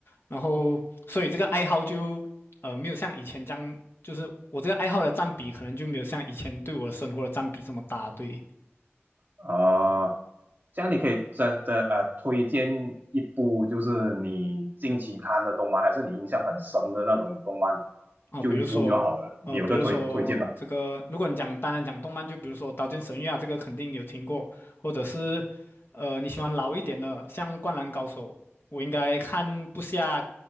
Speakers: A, on the left; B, on the right.
A: 然后所以这个爱好就呃没有像以前这样，就是我这个爱好的占比可能就没有像以前对我的生活的占比这么大，对。
B: 啊，这样你可以真的呃推荐一部就是你近期看的动漫，还是你印象很深的那种动漫，
A: 哦，
B: 就一部就好了。
A: 比如说，呃，
B: 你有的推推荐吗？
A: 比如说这个，如果你讲单单讲动漫，就比如说《刀剑神域》啊，这个肯定有听过，或者是，呃，你喜欢老一点的，像《灌篮高手》，我应该看不下